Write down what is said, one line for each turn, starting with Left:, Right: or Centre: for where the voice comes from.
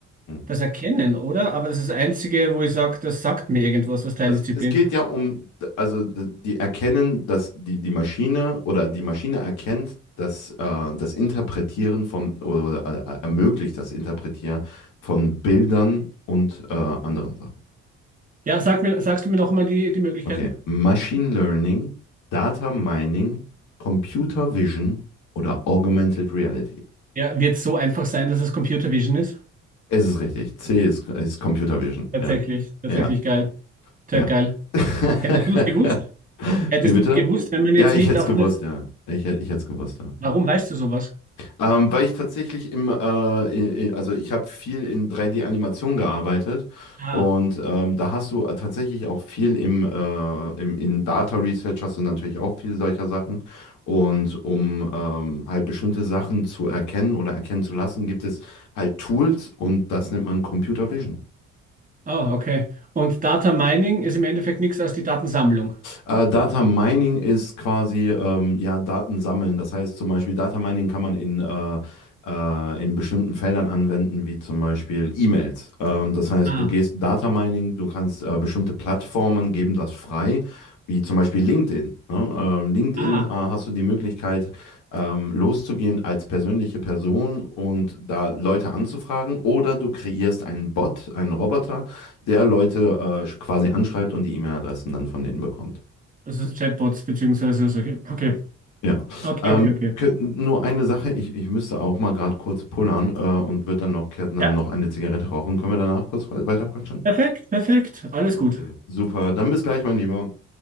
Left: Hm.
Right: das Erkennen, oder? Aber das ist das Einzige, wo ich sage, das sagt mir irgendwas, das Teildisziplin.
Left: Also es geht ja um, also die erkennen, dass die, die Maschine oder die Maschine erkennt, dass äh, das Interpretieren von oder, oder äh, ermöglicht das Interpretieren von Bildern und äh, anderen Sachen.
Right: Ja, sag mir, sagst du mir nochmal die, die Möglichkeiten?
Left: Okay, Machine Learning, Data Mining, Computer Vision oder Augmented Reality.
Right: Ja, wird so einfach sein, dass es Computer Vision ist?
Left: Es ist richtig. C ist, ist Computer Vision.
Right: Tatsächlich,
Left: Ja,
Right: tatsächlich
Left: ja.
Right: geil. Sehr
Left: Ja.
Right: geil.
Left: <laughs>
Right: Hättest du es gewusst? Hättest
Left: Wie bitte?
Right: du es gewusst, wenn man jetzt
Left: Ja, ich
Right: nicht
Left: hätte
Right: auf
Left: es gewusst,
Right: das.
Left: ja. Ich, hätt- ich hätte es gewusst, ja.
Right: Warum weißt du sowas?
Left: Ähm, weil ich tatsächlich im, äh, i- i- also ich habe viel in 3D-Animation gearbeitet
Right: Ah.
Left: und ähm, da hast du äh, tatsächlich auch viel im, äh, im, in Data Research hast du natürlich auch viel solcher Sachen und um ähm, halt bestimmte Sachen zu erkennen oder erkennen zu lassen, gibt es halt Tools und das nennt man Computer Vision.
Right: Ah, okay. Und Data Mining ist im Endeffekt nichts als die Datensammlung.
Left: Äh, Data Mining ist quasi ähm, ja, Daten sammeln. Das heißt zum Beispiel, Data Mining kann man in, äh, äh, in bestimmten Feldern anwenden, wie zum Beispiel E-Mails. Ähm, das heißt,
Right: Ah,
Left: du gehst Data Mining, du kannst äh, bestimmte Plattformen geben das frei, wie zum Beispiel LinkedIn. Ne? Ähm, LinkedIn
Right: ah,
Left: äh, hast du die Möglichkeit, ähm, loszugehen als persönliche Person und da Leute anzufragen oder du kreierst einen Bot, einen Roboter, der Leute äh, quasi anschreibt und die E-Mail-Adressen dann von denen bekommt.
Right: das ist Chatbots beziehungsweise solche. Okay,
Left: Ja,
Right: okay,
Left: ähm,
Right: okay, okay.
Left: könnt- nur eine Sache, ich, ich müsste auch mal gerade kurz pullern äh, und wird dann noch, Kärtner
Right: Ja,
Left: noch eine Zigarette rauchen. Können wir danach kurz weiter quatschen?
Right: perfekt, perfekt. Alles
Left: Okay,
Right: gut.
Left: super. Dann bis gleich, mein Lieber.